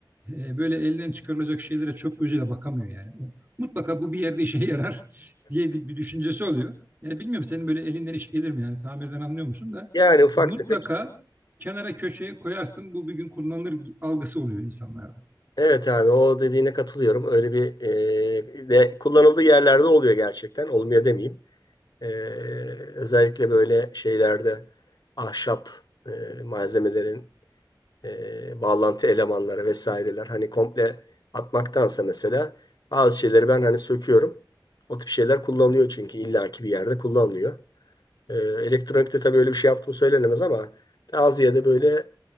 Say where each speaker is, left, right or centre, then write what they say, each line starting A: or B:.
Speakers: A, on the right (about 25°); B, on the left (about 55°).
A: e, böyle elinden çıkarılacak şeylere çöp gözüyle bakamıyor yani. O, mutlaka bu bir yerde işe yarar <laughs> diye bir düşüncesi oluyor. Yani bilmiyorum senin böyle elinden iş gelir mi yani tamirden anlıyor musun da
B: Yani ufak
A: mutlaka
B: tefek.
A: kenara köşeye koyarsın bu bir gün kullanılır algısı oluyor insanlarda.
B: Evet abi o dediğine katılıyorum. Öyle bir e, de kullanıldığı yerlerde oluyor gerçekten. Olmuyor demeyeyim. E, özellikle böyle şeylerde ahşap e, malzemelerin e, bağlantı elemanları vesaireler hani komple atmaktansa mesela bazı şeyleri ben hani söküyorum. O tip şeyler kullanılıyor çünkü illaki bir yerde kullanılıyor. E, elektronikte tabii öyle bir şey yaptığım söylenemez ama daha ziyade böyle